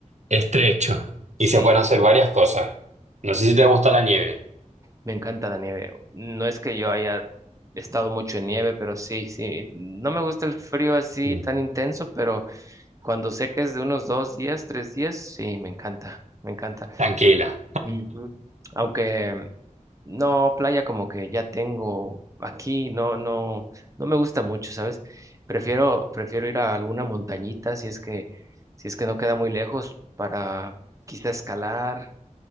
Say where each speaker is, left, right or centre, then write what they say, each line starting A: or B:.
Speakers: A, on the right; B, on the right.
A: estrecho y
B: Sí,
A: se pueden hacer varias cosas. No sé si te gusta la nieve.
B: me encanta la nieve. No es que yo haya estado mucho en nieve, pero sí, sí, no me gusta el frío así
A: Mm,
B: tan intenso, pero... Cuando sé que es de unos dos días, tres días, sí, me encanta, me encanta.
A: Tranquila.
B: Ujú. Aunque no, playa como que ya tengo aquí, no, no, no me gusta mucho, ¿sabes? Prefiero, prefiero ir a alguna montañita si es que, si es que no queda muy lejos para quizá escalar.